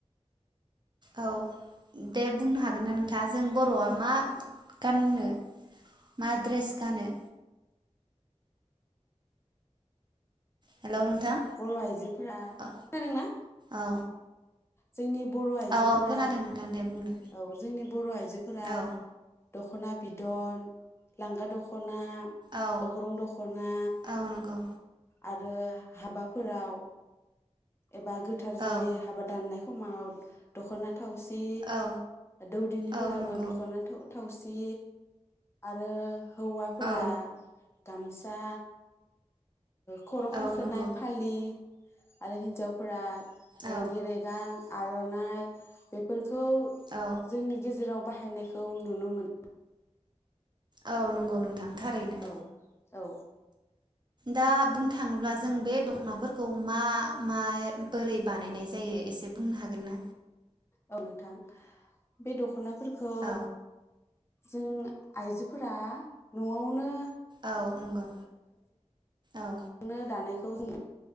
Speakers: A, on the right; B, on the left.
A: औ दे बुंनो हागोन ना नोंथाङा जों बर'आ मा गाननो मा दड्रेस गानो? हेलौ नोंथां
B: बर' आइजोफोरा
A: औ
B: खोनादोंना?
A: औ
B: जोंनि बर' आइजोफोरा
A: औ खोनादों नोंथां दे बुंदो
B: औ जोंनि बर' आइजोफोरा
A: औ
B: दख'ना बिदन लांगा दख'ना
A: औ
B: अग्रं दख'ना
A: औ नंगौ
B: आरो हाबाफोराव एबा गोथार जुलि
A: औ
B: हाबा दाननाय समाव दखना थावसि
A: औ
B: दौदिनिफोराबो
A: औ नंगौ
B: दख'ना थावसि आरो हौवाफोरा
A: औ
B: गामसा खर' खाखोनाय
A: औ नंगौ
B: फालि आरो हिनजावफोरा
A: औ
B: रेगेरेगां आर'नाइ बेफोर खौ
A: औ
B: जोंनि गेजेराव बा हायनायखौ नुनो मोनो
A: औ नंगौ नोंथां थांरैनो
B: औ औ
A: दा बुंनो थाङोब्ला जों बे दख'नाफोरखौ मा मा बोरै बानायनाय जायो एसे बुंनो हागोन ना?
B: औ नोंथां बे दख'नाफोर खौ
A: औ
B: जों आइजोफोरा न'आवनो
A: औ नंगौ। औ
B: नो दानायखौ जोङो